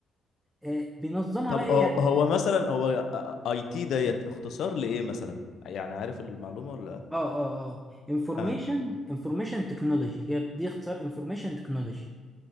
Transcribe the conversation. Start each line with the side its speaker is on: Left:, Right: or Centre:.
Centre: آه، بينظمها
Left: طب
Centre: بقى ايه
Left: هو
Centre: يعني
Left: هو مثلا هو اي تي ديت اختصار لايه مثلا يعني عارف المعلومه ولا
Centre: اه اه اه انفورميشن
Left: اه
Centre: انفورميشن تكنولوجي هي دي اختصار انفورميشن تكنولوجي